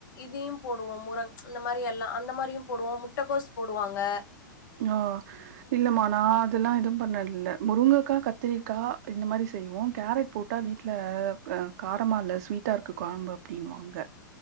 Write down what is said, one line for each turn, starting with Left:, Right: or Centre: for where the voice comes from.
Left: இதையு போடுவோ முரங் இந்த மாரியெல்லா அந்த மாரியு போடுவோ முட்டகோஸ் போடுவாங்க
Right: நா இல்லம்மா நா அதெல்லா எது பண்ணதுல்ல முருங்கக்கா கத்திரிக்கா இந்த மாரி செய்வோ கேரட் போட் டா வீட்ல காரமா இல்ல ஸ்வீட்டா இருக்கு கொழம்பு அப்டின்வாங்க